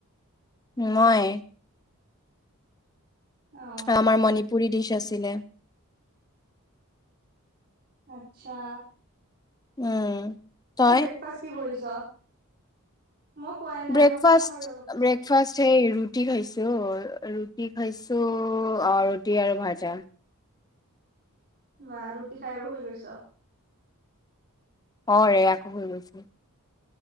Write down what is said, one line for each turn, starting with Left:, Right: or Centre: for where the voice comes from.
Left: মই?
Right: অ
Left: আমাৰ মণিপুৰী ডিছ আছিলে।
Right: আত্চ্ছা।
Left: উম। তই
Right: ব্ৰেকফাষ্ট কি কৰিছ? মই খোৱাই নাই
Left: ব্ৰেকফাষ্ট
Right: অলপ খাম আৰু অলপ পিছত
Left: ব্ৰেকফাষ্ট সেই ৰুটি খাইছোঁ ৰুটি খাইছোঁ অ ৰুটি আৰু ভাজা।
Right: বা ৰুটি খাই আৰু শুই গৈছ।
Left: অ ৰে আকৌ হৈ গৈছোঁ।